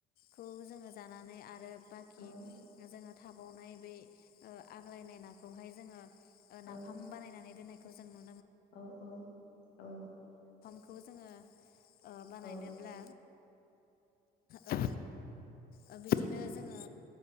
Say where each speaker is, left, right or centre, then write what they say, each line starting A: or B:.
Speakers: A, on the left (about 60°); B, on the left (about 80°).
A: खौ जोङो जानानै आरो बाखि
B: औ
A: जोङो थाबावनाय बे ओ आग्लायनाय नाखौहाय जोङो ओ नाफाम
B: औ
A: बानायनानै दोननाय खौ जों
B: औ औ औ।
A: खौ जोङो ओ बानायनोब्ला
B: औ
A: ओ ओ बिदिनो जोङो